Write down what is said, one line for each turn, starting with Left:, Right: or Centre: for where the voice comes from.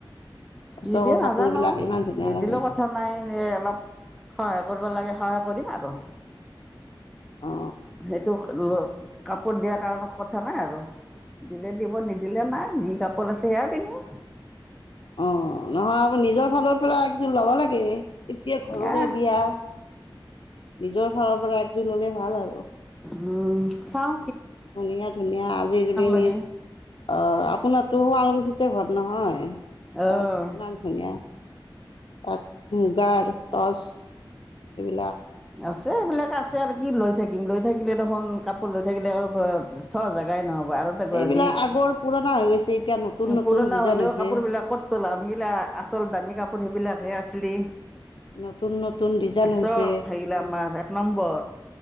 Left: টচকৰ
Centre: কি দিয়ে নাজানো
Left: কাপোৰবিলাক
Centre: আৱু।
Left: ইমান ধুনীয়া
Centre: নিদিলেও
Left: লাগে
Centre: কথা নাই সেই অলপ সহায় কৰিব লাগে সহায় কৰিম আৰু।
Left: অ
Centre: সেইটোক ল কাপোৰ দিয়াৰ কাৰণে কথা নাই আৰু। দিলে দিব নিদিলে নাই। যি কাপোৰ আছে সেয়া পিন্ধিম।
Left: অ নহয়। আ নিজৰ ফালৰ পৰা একযোৰ ল'ব লাগে। এতিয়া ঘৰৰে
Centre: আহ
Left: বিয়া। নিজৰ ফাৰৰ পৰা একজোৰ ললে ভাল আৰু।
Centre: উম চাও।
Left: ধুনীয়া ধুনীয়া আজিকালি নি।
Centre: লাগি
Left: অ আপোনাৰ তটো শুৱালগুছিতে ঘৰ নহয়, তাত
Centre: অঁ
Left: কিমান ধুনীয়া তাত মুগাৰ টচ এইবিলাক
Centre: আছে সেবিলাক আছে আৰু কি লৈ থাকিম। লৈ থাকিলে দেখোন কাপোৰ লৈ থাকিলে থ'ৱা জেগাই নহ'ব। আৰু এটা গধূলি
Left: সেইবিলাক আগৰ পুৰণা হৈ গৈছে। এতিয়া নতুন নতুন
Centre: পুৰণা
Left: ডিজাইন
Centre: হলেও
Left: হৈছে।
Centre: কাপোৰ বিলাক ক'ত পলাম, সেগিলা আচল দামী কাপোৰ সেইবিলাকহে আছে। ৰি,
Left: নতুন নতুন ডিজাইন
Centre: আচল
Left: হৈছে
Centre: হেইগিলা আমাৰ এক নম্বৰ।